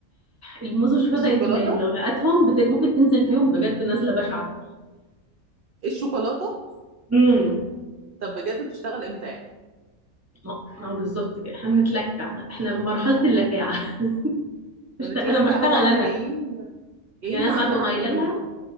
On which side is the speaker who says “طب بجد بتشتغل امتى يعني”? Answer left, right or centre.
Right